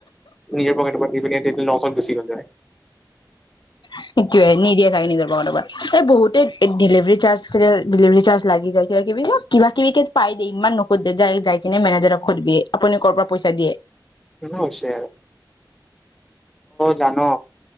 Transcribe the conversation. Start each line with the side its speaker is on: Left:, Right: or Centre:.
Centre: নিজৰ পকেট পাতি প ন চল গুচি গ'লে
Left: সেইটোোৱয়ে নিদিয়ে থাগে নিজৰ প্ৰৰ পৰা এই বহুতে ডেলিভাৰী চাৰ্জ ডেলিভাৰী চাৰ্জ লাগি যায় কিবা কিবি কিবা কিবি পাই দে ইমান নোুধে য যাই কিনে মেনেজাৰক সোধিবিয়েপুনি কৰ পৰা পইচা দিয়ে
Centre: হৈছে জানো?